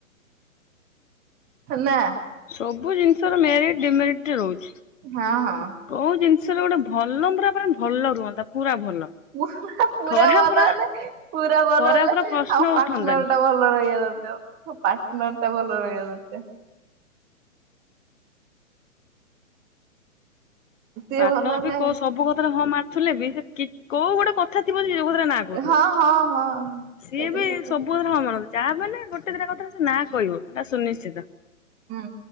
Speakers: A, on the right (about 20°); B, on the left (about 65°).
A: ନା।
B: ସବୁ ଜିନିଷ ର ମେରିଟ୍ ଡିମେରିଟା ରହୁଛି।
A: ହଁ ହଁ
B: କୋଉ ଜିନିଷରେ ଗୋଟେ ଭଲ ମ୍ଫରା ପରା ଭଲ ରୁହନ୍ତା। ପୁରା ଭଲ।
A: ପୁରା
B: ଖରାପର
A: ଭଲହେଲେ। ପୁରା ଭଲ
B: ଖରାପର
A: ହେଲେ
B: ପ୍ରଶ୍ନ
A: ଆଉ
B: ଉଠନ୍ତାନି।
A: ପାଟନର ଟା ଭଲ ରହିବା ଦରକାର। ହ ପାାର୍ଟନର ଟା ଭଲ ରହିବା ଦରକାର। ସିଏ
B: ପାର୍ଟନର
A: ଭଲ ହେଲେ
B: ବି କୋଉ ସବୁ କଥାରେ ହଁ ମାରୁଥିଲେ ବି କି ସେ କୋଉ ଗୋଟେ କ କଥା ଥିବ ଯୋଉ କଥାରେ ନା କହୁଥିବ।
A: ହଁ ହଁ ହଁ।
B: ସିଏ
A: ସେଇଟା
B: ବି
A: ସତ
B: ସବୁ କଥାରେ ହ ମାରନ୍ତି ଯାହା ମାନେ ଗୋଟେ ଥର କଥା ସେ ନା କହିବ ତା ସୁନିଶ୍ଚିତ।
A: ହୁଁ